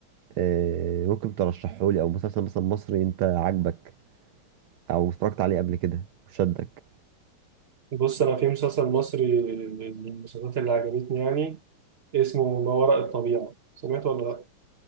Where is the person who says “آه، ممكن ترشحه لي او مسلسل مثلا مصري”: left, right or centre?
Right